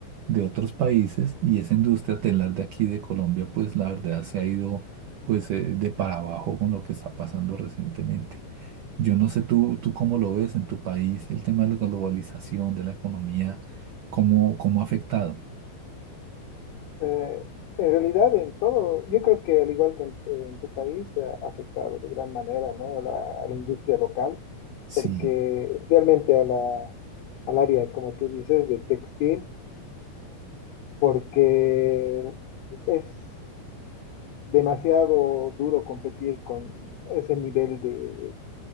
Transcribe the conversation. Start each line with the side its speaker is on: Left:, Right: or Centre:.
Right: de otros países, y esa industria telar de aquí de Colombia, pues la verdad se ha ido pues eh, de para abajo con lo que está pasando recientemente. Yo no sé tú, tú cómo lo ves en tu país, el tema de la globalización, de la economía, cómo, cómo ha afectado.
Left: Eh, en realidad, en todo, yo creo que al igual que en, en tu país, ha afectado de gran manera, ¿no? a la, a la industria local,
Right: Sí,
Left: porque especialmente a la, al área, como tú dices, de textil, porque es demasiado duro competir con ese nivel de,